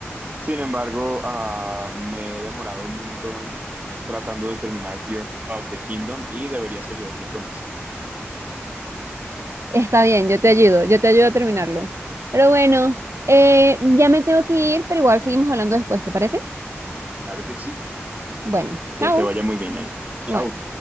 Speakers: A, on the right (about 35°); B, on the right (about 80°).
A: sin embargo, ah, me he demorado un montón tratando de terminar Tears of the Kingdom y deberías ayudarme con eso.
B: Está bien, yo te ayudo, yo te ayudo a terminarlo. Pero bueno, eh, ya me tengo que ir, pero igual seguimos hablando después, ¿te parece?
A: Claro que sí.
B: Bueno, chao.
A: Que te vaya muy bien ahí.
B: Igual.
A: Chao.